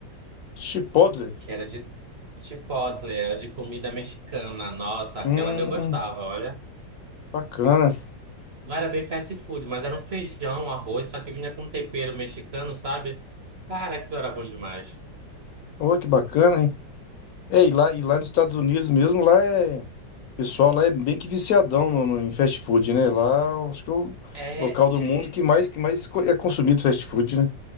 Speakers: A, on the left; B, on the right.
A: Chipotle.
B: que era de Chipotle, era de comida mexicana. Nossa, aquela
A: Hum,
B: ali eu gostava, olha.
A: bacana.
B: Não era bem fast food, mas era um feijão, arroz, só que vinha com tempero mexicano, sabe? Cara, aquilo era bom demais.
A: Olha que bacana, hein? É, e lá, e lá nos Estados Unidos mesmo, lá é. O pessoal lá é bem que viciadão no, no- em fast food, né? Lá acho que é o
B: É,
A: local do mundo que mais, que mais co- é consumido fast food, né?